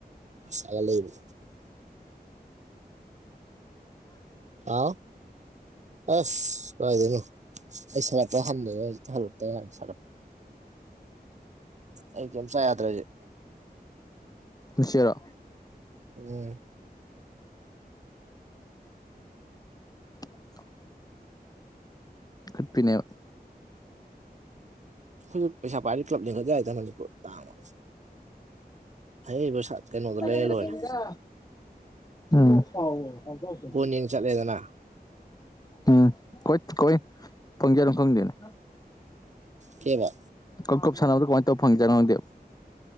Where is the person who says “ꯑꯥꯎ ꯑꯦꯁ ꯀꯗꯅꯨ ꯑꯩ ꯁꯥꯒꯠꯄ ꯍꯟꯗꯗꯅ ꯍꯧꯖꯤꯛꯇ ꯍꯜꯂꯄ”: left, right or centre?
Right